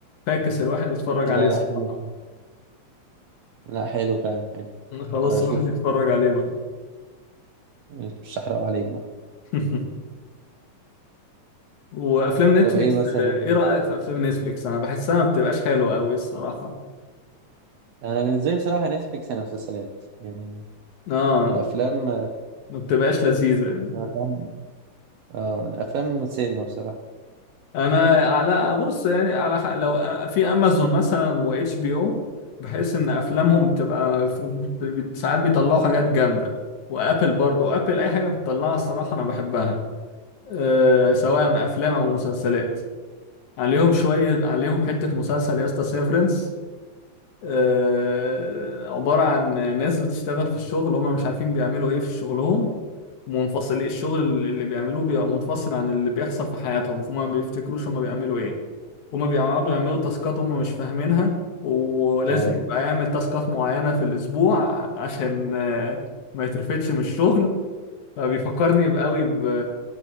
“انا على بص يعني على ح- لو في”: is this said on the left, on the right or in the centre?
Left